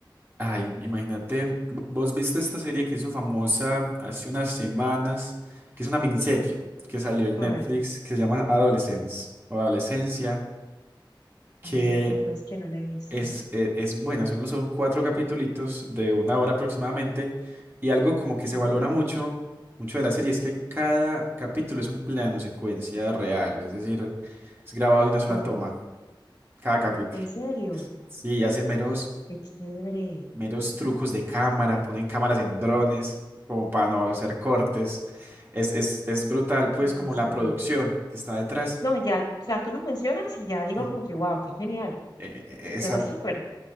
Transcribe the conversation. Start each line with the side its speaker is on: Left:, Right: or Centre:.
Right: Ay, imagínate, vos viste esta serie que hizo famosa hace unas semanas, que es una miniserie que salió en
Left: ¿Cuál?
Right: Netflix, que se llama Adolescence o Adolescencia, que
Left: No, sabes que no la he visto.
Right: es, e- es buena, son, son cuatro capitulitos de una hora aproximadamente, y algo como que se
Left: ¿No?
Right: valora mucho, mucho de la serie es que cada capítulo es un plano secuencia real, es decir, es grabado de una
Left: Ok.
Right: sola toma, cada capítulo.
Left: ¿En serio?
Right: Sí, hacen meros
Left: Qué chévere.
Right: meros trucos de cámara, ponen cámaras en drones, como para no hacer cortes. Es, es, es brutal, pues,
Left: Me
Right: como
Left: fascina.
Right: la producción que está detrás.
Left: No, ya, o sea, tú lo mencionas y ya digo
Right: Sí.
Left: como que, wow, qué genial.
Right: Eh, eh, esa,
Left: Suena súper.